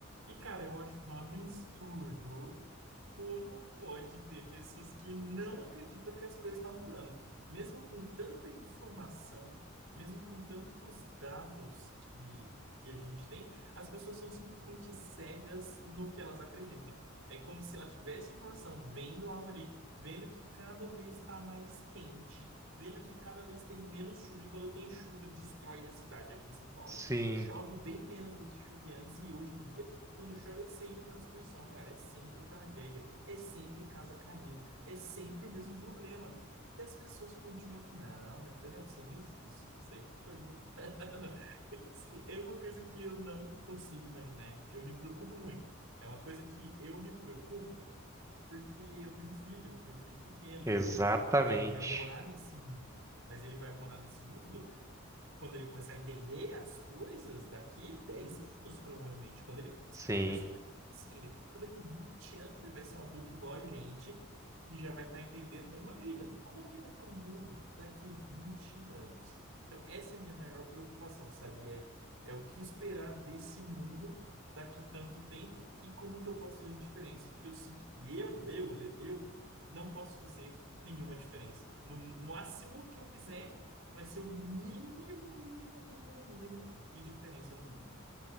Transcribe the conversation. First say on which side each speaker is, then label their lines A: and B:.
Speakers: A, on the right (about 80°); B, on the right (about 15°).
A: E, cara, eu acho um absurdo como pode ter pessoas que não acreditam que as coisas estão mudando? Mesmo com tanta informação, mesmo com tantos dados que, que a gente tem, as pessoas são simplesmente cegas no que elas acreditam. É como se ela tivesse informação, vendo algo ali, vendo que cada vez está mais quente, vendo que cada vez tem menos chuva, e quando tem chuva, destrói a cidade aqui em São Paulo.
B: Sim.
A: Chove bem menos do que chovia antes, e hoje em dia, quando chove, é sempre uma destruição, cara, é sempre tragédia. É sempre casa caindo, é sempre o mesmo problema. E as pessoas continuam, não, mas peraí, isso aí não existe, isso aí estou inventando. <laughs> Assim, é uma coisa que eu não consigo imaginar, eu me preocupo muito. É uma coisa que eu me preocupo porque eu tenho um filho, eu tenho um filho pequeno
B: Exatamente.
A: e ele vai morar nesse mundo, mas ele vai morar nesse mundo quando ele começar a entender as coisas, daqui 10 anos, provavelmente. Quando ele começar
B: Sim.
A: a entender, vai ser uma criança ainda. Então, daqui 20 anos, ele vai ser um adulto igual a gente, que já vai estar entendendo. Imagina, como que vai estar o mundo daqui 20 anos? Então, essa é a minha maior preocupação, sabe? É, é o que esperar desse mundo daqui tanto tempo e como que eu posso fazer diferença? Porque eu sinto que eu, eu, eu não posso fazer nenhuma diferença. No máximo que eu fizer vai ser o mínimo, mínimo, mínimo, mínimo de diferença no mundo.